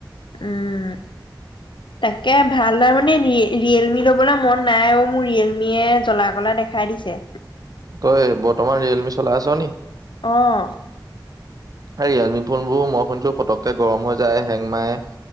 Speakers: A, on the left; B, on the right.
A: উম। তাকে ভাল মানে ৰিয়েলমি লবলৈ মন নাই অ' মোৰ ৰিয়েলমিয়ে জ্বলা কলা দেখাই দিছে।
B: তই বৰ্তমান ৰিয়েলমি চলাই আছ নি।
A: অ'।
B: ৰিয়েলমি ফোন বোৰ মই শুনিছো পটককে গৰম হৈ যায়, হেং মাৰে।